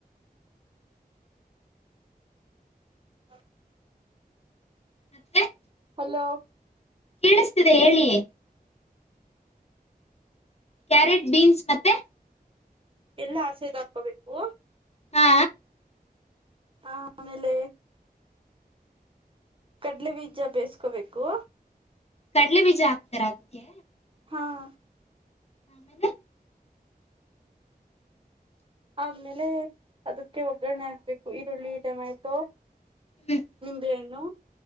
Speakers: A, on the right; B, on the left.
A: <unintelligible>
B: ಮತ್ತೆ
A: ಹಲೋ
B: ಕೇಳಿಸ್ತಿದೆ ಹೇಳಿಯೇ ಕ್ಯಾರೆಟ್ ಬೀನ್ಸ್ ಮತ್ತೆ
A: ಎಲ್ಲ ಆಸೆದ ಹಾಕೋಬೇಕು
B: ಹಾ
A: ಆ ಆಮೇಲೆ ಕಡ್ಲೆ ಬೀಜ ಬೇಯಸ್ಕೋಬೇಕು
B: ಕಲೆ ಬಿ ಜಾಪ್ತಾಾದತಿ
A: ಹಾಂ
B: ಆಮೇಲೆ
A: ಆದ್ಮೇಲೆ ಅದಕ್ಕೆ ಒಗ್ಗರಣೆ ಆಗ್ಬೇಕು ಈರುಳ್ಳಿ ಟೊಮ್ಯಾಟೊ
B: ಹ್ಮ್
A: ನಿಂಬೆ ಹಣ್ಣು